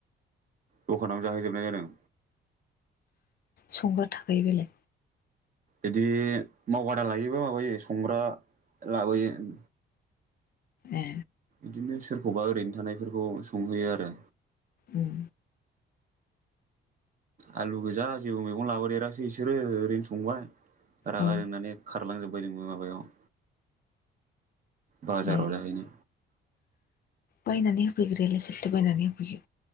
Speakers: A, on the right; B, on the left.
A: दखानावनो जाहैजोबनाय जादों।
B: संग्रा थाखायो बेलेग?
A: इदि मावबादा लायोबा माबायो संग्रा लाबोयो उम।
B: ए
A: इदिनो सोरखौबा ओरैनो थानायफोरखौ संहैयो आरो।
B: उम
A: आलु गोजा जेबो मैगं लाबोदेरासै इसोरो ओरैनो संबाय। रागा
B: औ
A: जोंनानै खार खारलां जोब्बाय जोंबो माबायाव बाजाराव
B: ए
A: जाहैनि
B: बायनानै होफैग्रायालाय सोर? थो बायनानै होफैयो?